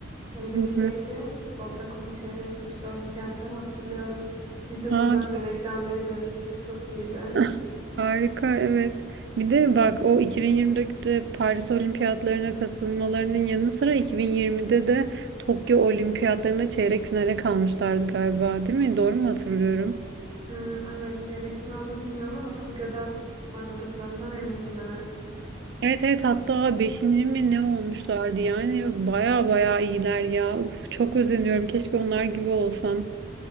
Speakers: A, on the right; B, on the right.
A: Öyle
B: Hı
A: bir şeydi.
B: hı.
A: Futbol takımının şeyine gitmişti. Olimpiyatları hatırlıyorum. Biz de
B: Aa,
A: buradan dev
B: çok
A: ekranda izlemiştik. Çok iyiydi.
B: <laughs> Harika, evet. Bir de bak o 2024'te Paris Olimpiyatlarına katılmalarının yanı sıra 2020'de de Tokyo Olimpiyatlarına çeyrek finale kalmışlardı galiba, değil mi? Doğru mu hatırlıyorum?
A: Hmm, evet çeyrek final olduğunu bilmiyorum ama Tokyo'da oynadıklarından eminim evet.
B: Evet evet hatta beşinci mi ne olmuşlardı yani baya baya iyiler ya. Uf, çok özeniyorum keşke onlar gibi olsam.